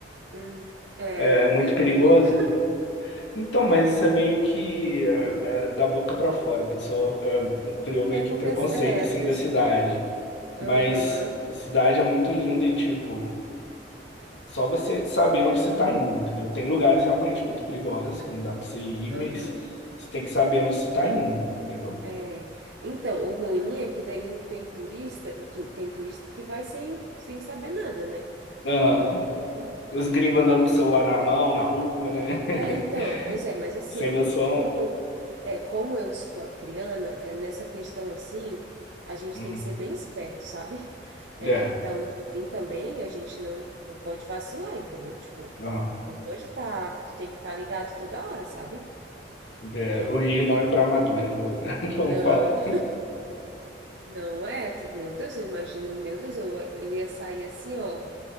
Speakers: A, on the right; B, on the left.
A: hum. É,
B: é
A: não
B: muito
A: tem
B: perigoso?
A: muito. <laughs>
B: Então, mas isso é meio que é, é, da boca para fora. A pessoa é, criou meio
A: É
B: que
A: porque
B: um preconceito,
A: as- é, as
B: assim,
A: pessoas.
B: da cidade. Mas
A: Aham,
B: a cidade é muito linda e, tipo, Só você saber onde você está indo, entendeu? Tem lugares realmente muito perigosos que não dá para você ir, mas
A: aham.
B: você tem que saber onde você está indo, entendeu?
A: É, então, o ruim é que daí o- tem turista, o tu- tem turista que vai sem, sem saber nada, né?
B: Aham.
A: Então,
B: Os gringos andando com o celular na mão, na rua, né? <laughs>
A: é, então, pois é, mas assim,
B: Sem
A: ó,
B: noção.
A: é, como, é, como eu sou acriana, é, nessa questão assim, a gente
B: Uhum.
A: tem que ser bem esperto, sabe? <laughs>
B: É,
A: É, da onde eu vim também, a gente não, não pode vacilar, entendeu? Tipo,
B: aham.
A: não pode estar, tu tem que estar ligado toda hora, sabe?
B: É, o Rio não é para amadores, eu- <laughs> como
A: Não,
B: falam.
A: <laughs> não é, tu- meu Deus, eu imagino, meu Deus, eu, eu ia sair assim, ó.